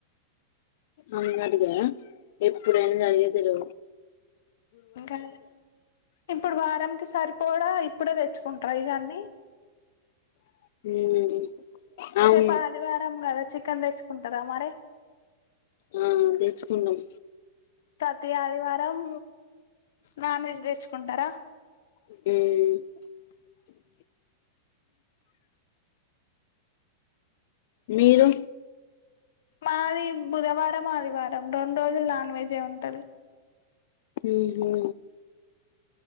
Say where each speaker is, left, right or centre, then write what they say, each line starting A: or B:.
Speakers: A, on the left (about 55°); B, on the left (about 70°).
A: అన్నదిగా ఎప్పుడైనా జరిగేది లే
B: ఇంకా ఇప్పుడు వారం కీ సరిపోడా ఇప్పుడే దెచ్చుకుంట్రా ఇవన్నీ
A: ఉమ్ అవును
B: రేపు ఆదివారం కదా చికెన్ దెచ్చుకుంటరా మరే
A: ఆ దెచ్చుకున్నం
B: ప్రతీ ఆదివారం నాన్ వెజ్ దెచ్చుకుంటరా
A: ఉమ్మ్ మీరు
B: మాది బుధవారం ఆదివారం రోండ్రోజులు నాన్ వెజే ఉంటది
A: ఉహు